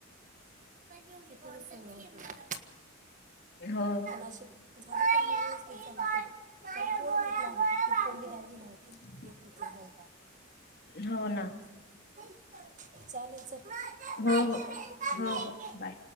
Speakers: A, on the right; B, on the left.
A: <unintelligible>
B: हो.
A: असो त्याच्याबद्दल <unintelligible> <unintelligible>
B: <inaudible>
A: <unintelligible>
B: हो ना.
A: <unintelligible> चालेल चल नंतर
B: हो हो
A: <inaudible>
B: हो हो बाय